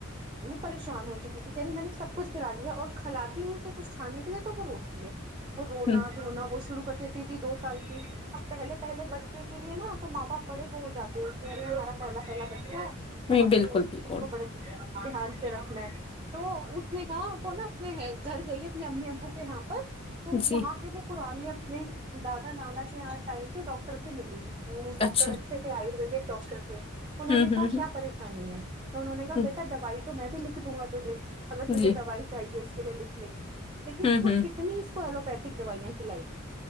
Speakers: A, on the right; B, on the left.
A: وہ پریشان ہو چکی تھی یعنی میں نے سب کچھ کرا لیا اور کھلاتی ہوں اسے کچھ کھانے کے لیے تو وہ روتی ہے وہ رونا
B: ہ
A: دھونا وہ شروع کٹتی تھی دو سال کی اب پہل پہے بچے کے لیے نا تو ماں باپ بڑے وہ ہو جاتے ہیں کہ یار ہمارا پہلا پہلا بچہ ہے تو
B: نہیں،
A: ہمیں
B: بالکل
A: اس
B: بالکل
A: کو بڑے دھیان سے رکھنا ہے تو اس نے کہا ہم کو نا اپنے گھر گئی اپنے امی ابو کے یہاں پر تو
B: جی
A: وہاں کے وہ پرانے اپنے دادا نانا کے آٹ ٹائم کے ڈاکٹر سے ملی وہ
B: اچھا
A: ڈاکٹر اچھے تھے آیرویدک ڈاکٹر تھ انہوں
B: ہوں
A: نے کہا
B: ہوں ہوں
A: کیا پریشانی ہے تو انہوں نےا
B: ہوں،
A: بیٹا دوائی تو میں بھی لکھ دوں گا تجھے اگر تجھے
B: جی
A: دوائی چاہیے اس لکھنے کی لیکن
B: ہوں
A: تو
B: ہوں
A: کتنی اس ایلوپیتھک دوائیاں کھلائے گی